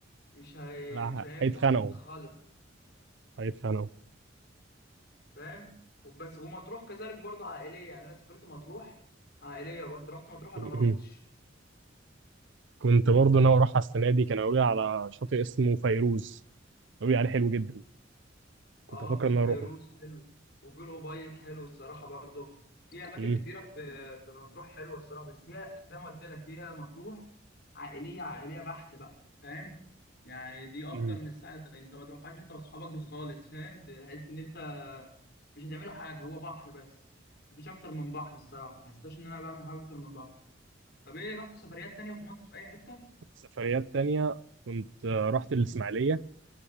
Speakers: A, on the left; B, on the right.
A: مش هي...
B: لا،
A: مش هينفع
B: هيتخانقوا
A: خالص
B: هيتخانقوا
A: فاهم وبس ومطروح كذلك برضه عائليه يعني انا سافرت مطروح عائليه برضه رحت مطروح ولا
B: <laughs>
A: ما رحتش
B: كنت برضه ناوي اروح على السنه دي كانوا قالوا لي على شاطئ اسمه فيروز قالوا لي عليه حلو جدا كنت
A: اه
B: افكر
A: في
B: ان
A: الفيروز
B: انا اروحه
A: حلو وفي الأوبايد حلو الصراحة برضه في أماكن
B: مم.
A: كتيرة في في مطروح حلوة الصراحة بس هي زي ما قلت لك هي مطروح عائلية عائلية بحت بقى فاهم يعني دي أكتر
B: مم.
A: من الساعة أنت ما تروحهاش أنت وأصحابك دي خالص فاهم تحس إن أنت مش هتعملوا حاجة هو بحر بس مفيش أكتر من بحر الصراحة ما حسيتش إن أنا بعمل حاجة أكتر من بحر طب إيه رحت سفريات تانية في مصر في أي حتة؟
B: سفريات تانية كنت آه، رحت الإسماعيلية